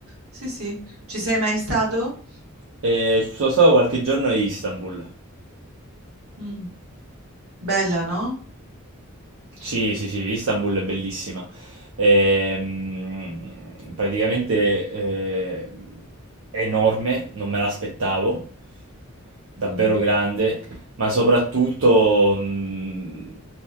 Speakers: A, on the right; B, on the right.
A: Sì, sì. Ci sei mai stato?
B: E ci sono stato qualche giorno a Istanbul.
A: Mm. Bella, no?
B: Sì, sì, sì, Istanbul è bellissima. Ehm, praticamente ehm, è enorme, non me l'aspettavo, davvero
A: Mm.
B: grande, ma soprattutto mh,